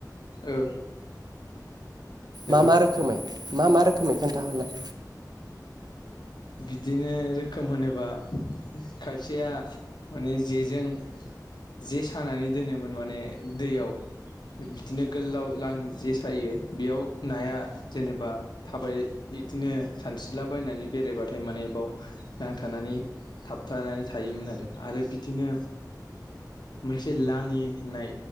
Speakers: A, on the left; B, on the right.
A: ओ। हेलौ
B: मा मा रोखोमै? मा मा रोखोमै खोनथाहरलाय?
A: बिदिनो रोखोम होनोबा खायसेया माने जेजों जे सानानै दोनोमोन, माने दैयाव बिदिनो गोलाव लाङि जे सायो, बेयाव नाया जेनेबा थाबाय, बिदिनो सानस्रिलाबायनानै बेरा बा थाय माने बाव नांथानानै थाबथानानै थायोमोन आरो। आरो बिदिनो मोनसे लाङि होननाय